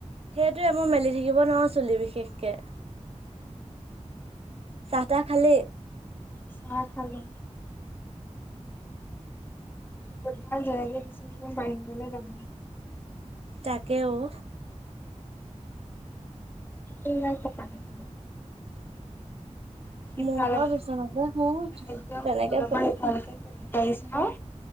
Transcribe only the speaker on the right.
সেইটোৱেই মই মেলি থাকিব নোৱাৰো চুলি বিশেষকে চাহ-তাহ খালি
তাকে অও
মোৰ বাৰু বিচনাতে শু
তেনেকে